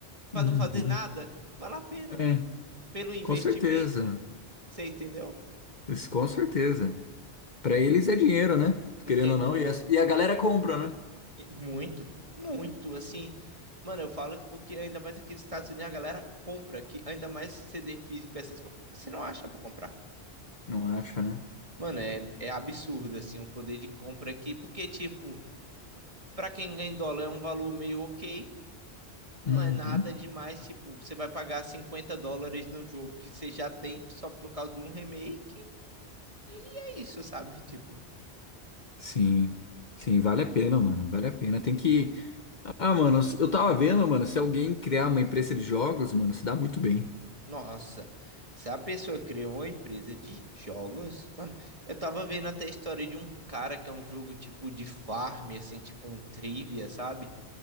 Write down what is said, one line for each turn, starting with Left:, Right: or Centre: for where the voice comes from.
Right: Pra
Left: Uhum.
Right: não fazer nada, vale a pena.
Left: É.
Right: Pelo investimento,
Left: Com certeza.
Right: você entendeu?
Left: Isso, com certeza. Pra eles é dinheiro, né?
Right: Entenda.
Left: Querendo ou não, e, essa- e a galera compra, né?
Right: E Muito, muito, assim. Mano, eu falo que porque ainda mais aqui nos Estados Unidos a galera compra aqui, ainda mais CD físico, essas coisas. Você não acha pra comprar.
Left: Não acha, né?
Right: Mano, é, é absurdo, assim, o poder de compra aqui, porque, tipo, pra quem ganha em dólar é um valor meio ok, não
Left: Uhum.
Right: é nada demais, tipo, você vai pagar 50 dólares num jogo que você já tem só por causa de um remake, é isso, sabe? <laughs> Tipo.
Left: Sim. Sim, vale a pena, mano. Vale a pena. Tem que. Ah, mano, eu tava vendo, mano, se alguém criar uma empresa de jogos, mano, se dá muito bem.
Right: Nossa, se a pessoa criou uma empresa de jogos, mano, eu tava vendo até a história de um cara que é um jogo tipo de farm, assim, tipo um trivia, sabe?